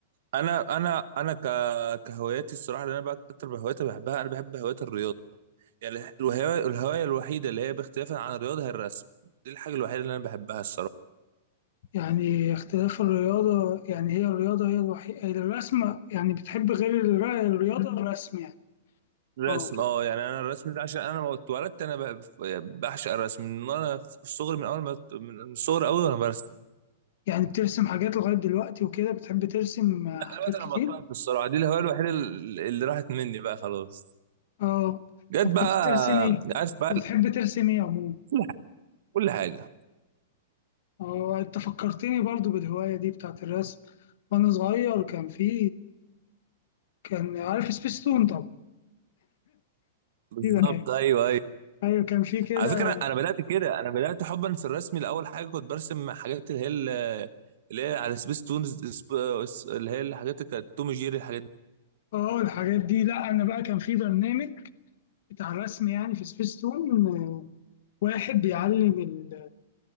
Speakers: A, on the right; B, on the left.
A: انا انا انا ك... كهواياتي الصراحه اللي انا بقى اكتر هوايات بحبها انا بحب هوايه الرياضه يعني الهوايه الهوايه الوحيده اللي هي باختلافا عن الرياضه هي الرسم دي الحاجه الوحيده اللي انا بحبها الصراحه
B: يعني اختلاف الرياضه يعني هي الرياضه هي الوحيده الرسم يعني بتحب غير الر- الرياضه الرسم يعني
A: الرسم
B: اه
A: اه يعني انا الرسم ده عشان انا ما اتولدت انا ب- بعشق الرسم من وانا في الصغر من اول ما من الصغر قوي وانا برسم
B: يعني بترسم حاجات لغايه دلوقتي وكده بتحب ترسم آه،
A: لا
B: حاجات
A: دلوقتي انا
B: كتير
A: بطلت الصراحه دي الهوايه الوحيده ال- اللي راحت مني بقى خلاص
B: اه
A: جت
B: طب
A: بقى
B: كنت بترسم ايه
A: عارف بقى
B: كنت بتحب ترسم ايه عموما
A: كل ح- كل حاجه
B: اه انت فكرتني برضو بالهوايه دي بتاعت الرسم وانا صغير كان في كان عارف سبيستون
A: بالظبط
B: طبعا
A: ايوه ايوه
B: ايوه كان في كده
A: على فكره انا بدات كده انا بدات حبا في الرسم لاول حاجه كنت برسم حاجات اللي هي ال- اللي هي على سبيس تونز سب- اللي هي الحاجات اللي كانت توم جيري الحاجات
B: اه الحاجات دي لا انا بقى كان في برنامج بتاع رسم يعني في سبيستون آه، واحد بيعلم ال...